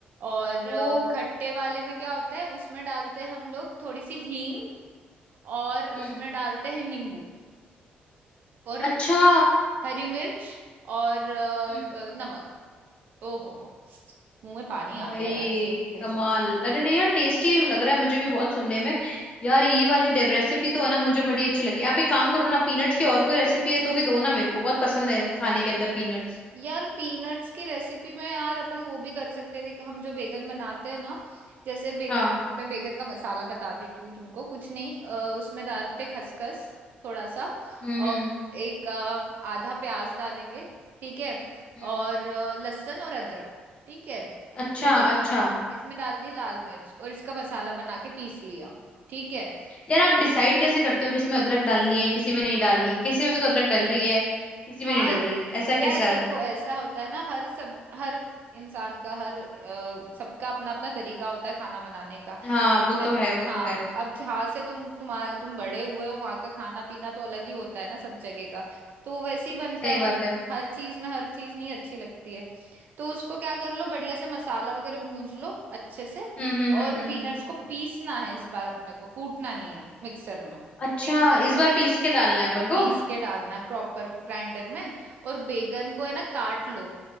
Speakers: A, on the right; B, on the left.
A: और अ,
B: ओ
A: खट्टे वाले में क्या होता है उसमें डालते हैं हम लोग थोड़ी सी हींग और उसमें
B: हम्म
A: डालते हैं नींबू और
B: अच्छा
A: हरी मिर्च और अ,
B: हम्म
A: अ, नमक ओ हो हो मुंह में पानी आ
B: भाई
A: गया यार सुन के
B: कमाल
A: से
B: अरे नहीं यार टेस्टी लग रहा है मुझे भी बहुत सुनने में यार ये वाली रेसिपी तो है ना मुझे बड़ी अच्छी लगी आप एक काम करो ना पीनट्स की और कोई रेसिपी है तो भी दो ना मेरे को बहुत पसंद है खाने के अंदर पीनट्स
A: यार पीनट्स की रेसिपी में यार अपन वो भी कर सकते थे कि हम जो बेगन बनाते हैं ना जैसे बेगन
B: हाँ
A: मैं बेगन का मसाला बता देती हूँ तुमको कुछ नहीं अ, उसमें डालते खसखस थोड़ा सा
B: हम्म
A: और
B: हम्म
A: एक अ, आधा प्याज डालेंगे ठीक है
B: हम्म
A: और अ, लहसुन और अदरक ठीक है
B: अच्छा
A: और इसमें
B: अच्छा
A: इसमें डाल दी लाल मिर्च और इसका मसाला बना के पीस लिया ठीक है
B: यार आप डिसाइड कैसे करते हो किसमें अदरक डालनी है किसी में नहीं डालनी है? किसी में तो अदरक डल रही है किसी
A: हाँ
B: में नहीं डल रही है ऐसा
A: यार
B: कैसा
A: देखो ऐसा होता है ना हर सब हर इंसान का हर अ, सबका अपना अपना तरीका होता है खाना बनाने का
B: हाँ
A: अपने
B: वो तो है
A: को
B: वो तो
A: हाँ
B: है
A: अब जहाँ से तुम तुम्हारा तुम बड़े हुए हो वहाँ का खाना पीना तो अलग ही होता है ना सब जगह का तो वैसे ही बनता
B: सही
A: है
B: बात है
A: हर चीज में हर चीज नहीं अच्छी लगती है तो उसको क्या कर लो बढ़िया से मसाला वगैरह भून लो अच्छे से
B: हम्म हम्म
A: और
B: हम्म हम्म
A: पीनट्स
B: हम्म।
A: को पीसना है इस बार अपने को कूटना नहीं है मिक्सर में ठीक
B: अच्छा इस बार पीस के डालना है अपन
A: पीस
B: को
A: के डालना है प्रॉपर ग्राइंडर में और बैगन को है ना काट लो